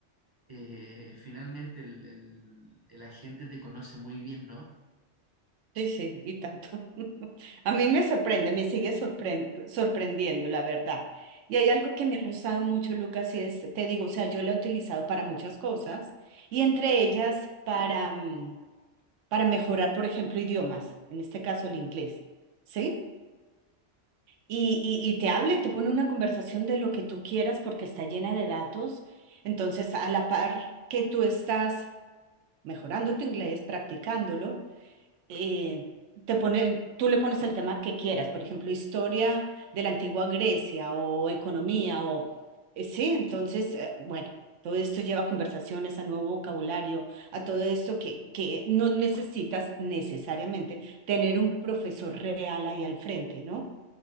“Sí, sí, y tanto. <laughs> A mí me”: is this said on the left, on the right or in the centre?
Right